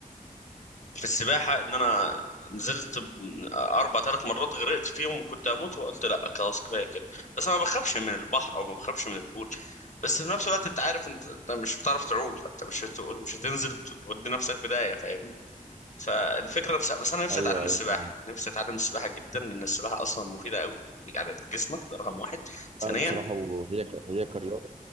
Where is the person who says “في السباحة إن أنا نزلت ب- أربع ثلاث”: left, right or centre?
Left